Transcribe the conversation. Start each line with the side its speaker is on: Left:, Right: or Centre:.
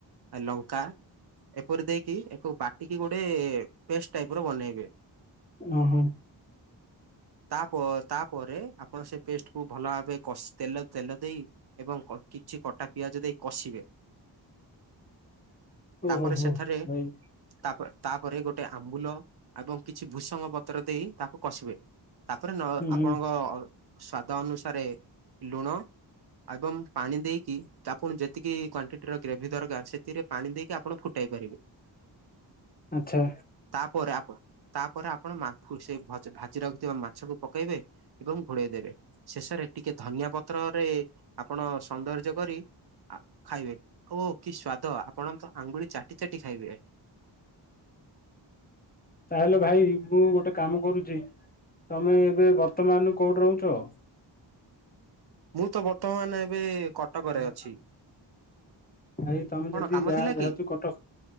Right: ଆ ଲଙ୍କା ଏପରି ଦେଇକି ଏକୁ ବାଟିକି ଗୋଟେ ପେଷ୍ଟ ଟାଇପ୍ ର ବନେଇବେ।
Left: ନା, ହଁ।
Right: ତାପ ତାପରେ ଆପଣ ସେ ପେଷ୍ଟ କୁ ଭଲ ଭାବେ କଷ ତେଲ ତେଲ ଦେଇ ଏବଂ କ କିଛି କଟା ପିଆଜ ଦେଇ କଷିବେ। ତାପରେ
Left: ଓହୋ ହୋ
Right: ସେଠାରେ
Left: ଭାଇ
Right: ତାପ ତାପରେ ଗୋଟେ ଆମ୍ବୁଲ ଆବଂ କିଛି ଭୂଷଙ୍ଗ ପତ୍ର ଦେଇ ତାକୁ କଷିବେ। ତାପରେ ନ
Left: ହୁଁ
Right: ଆପଣଙ୍କ
Left: ହୁଁ
Right: ଅ, ସ୍ଵାଦ ଅନୁସାରେ ଲୁଣ ଆଗ ମୁଁ ପାଣି ଦେଇକି ତା ପୁଣି ଯେତିକି କ୍ଵାଣ୍ଟିଟିର ଗ୍ରେଭି ଦରକାର ସେଥିରେ ପାଣି ଦେଇକି ଆପଣ ଫୁଟେ ଦେଇପାରିବେ।
Left: ଆଚ୍ଛା
Right: ତାପରେ ଆପ ତାପରେ ଆପଣ ମା <unintelligible> ଭାଜି ରଖିଥିବା ମାଛକୁ ପକେଇବେ ଏବଂ ଘୋଡ଼େଇ ଦେବେ। ଶେଷରେ ଟିକେ ଧନିଆ ପତ୍ରରେ ଆପଣ ସୌନ୍ଦର୍ଯ୍ୟ କରି ଆ ଖାଇବେ ଓ କି ସ୍ଵାଦ ଆପଣ ତ ଆଙ୍ଗୁଳି ଚାଟି ଚାଟି ଖାଇବେ।
Left: ତାହେଲେ ଭାଇ ମୁଁ ଗୋଟେ କାମ କରୁଚି। ତମେ ଏବେ ବର୍ତ୍ତମାନ କୋଉଠି ରହୁଛ?
Right: ମୁଁ ତ ବର୍ତ୍ତମାନ ଏବେ କଟକରେ
Left: ରହୁଛ?
Right: ଅଛି।
Left: ଭାଇ ତମେ
Right: କଣ
Left: ଯଦି
Right: କାମ
Left: ଯାହା
Right: ଥିଲା କି?
Left: <unintelligible> କଟକ